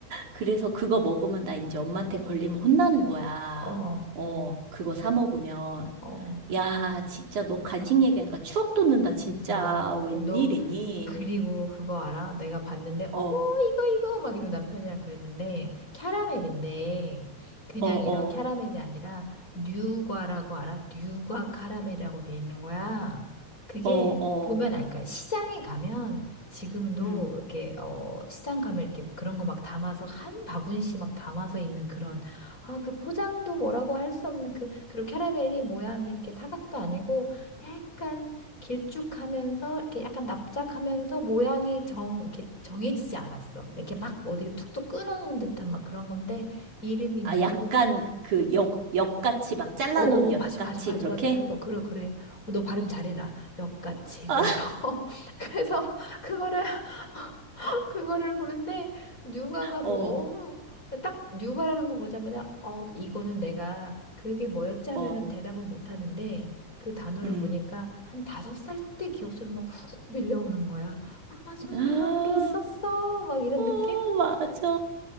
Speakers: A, on the right; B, on the left.
A: 그래서 그거 먹으면 나 이제 엄마한테 걸리면 혼나는 거야.
B: 어,
A: 어, 그거 사 먹으면.
B: 어.
A: 야, 진짜 너 간식 얘기하니까 추억 돋는다, 진짜.
B: 야,
A: 웬일이니?
B: 너 그리고 그거 알아? 내가 봤는데
A: 어,
B: 어머
A: 어,
B: 이거 이거 막 이러고 남편이랑 그랬는데 캐러멜인데 그냥
A: 어,
B: 이런
A: 어,
B: 캐러멜이 아니라 뉴과라고 알아? 뉴과 카라멜이라고 돼 있는 거야. 그게
A: 어, 어.
B: 보면 알까? 시장에 가면 지금도
A: 음.
B: 이렇게 어 시장 가면 이렇게 그런 거 막 담아서 한 바구니씩 막 담아서 있는 그런 아 그 포장도 뭐라고 할 수 없는 그 그리고 캐러멜이 모양이 이렇게 사각도 아니고 약간 길쭉하면서 이렇게 약간 납작하면서 모양이 정 이렇게 정해지지 않았어. 이렇게 막 뭐 어디 툭툭 끊어놓은 듯한 막 그런 건데 이름이
A: 아,
B: 뉴.
A: 약간 그 엿, 엿같이 막 잘라놓은
B: 어, 어,
A: 엿같이
B: 맞아, 맞아, 맞아,
A: 그렇게?
B: 맞아. 그거, 그래, 그래. 어, 너 발음 잘해라. 역같이. 그래서,
A: <laughs>
B: <laughs> 그래서, 그거를 <laughs> 그거를 보는데 뉴가가
A: 어,
B: 너무 딱 뉴가라는 거 보자마자 어 이거는 내가 그게 뭐였지 하면은
A: 어,
B: 대답은 못 하는데 그 단어를
A: 음.
B: 보니까 한 다섯 살 때 기억처럼 막 훅 밀려오는 거야. 아 맞아
A: <gasps>
B: 이런 게 있었어 막 이런
A: 어,
B: 느낌?
A: 맞아.